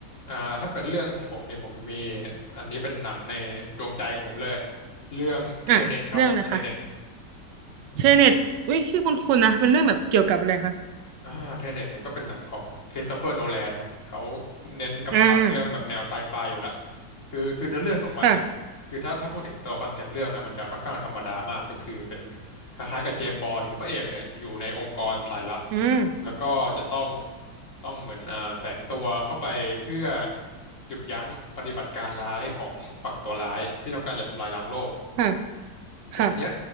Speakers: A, on the left; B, on the right.
A: อ่าถ้าเป็นเรื่องของผมเนี่ยผมมีอันนี้เป็นหนังในดวงใจของผมเลยเรื่องเทเน็ตครับผมเทเน็ต
B: อ่ะเรื่องอะไรคะเชเน็ตอุ้ยชื่อคุณคุณนะเป็นเรื่องแบบเกี่ยวกับอะไรคะ
A: อ่าเทเน็ตเนี่ยก็เป็นหนังของคริสโตเฟอร์โนแลนเนาะเขาเน้นกำกับเรื่องแบบแนวไซไฟอยู่ละ
B: อ่า
A: คือคือเนื้อเรื่องของมันอะคือถ้าถ้าพูดถึงตัวคอนเซปต์เรื่องนะมันจะค่อนข้างธรรมดามากก็คือเป็น
B: ค่ะ
A: คล้ายๆกับเจมส์บอนด์คือพระเอกเนี่ยอยู่ในองค์กรสายลับ
B: อืม
A: แล้วก็จะต้องต้องเหมือนอ่าแฝงตัวเข้าไปเพื่อหยุดยั้งปฏิบัติการร้ายของฝั่งตัวร้ายที่ต้องการจะทำลายล้างโลก
B: ค่ะค่ะ
A: แต่ทีเนี้ย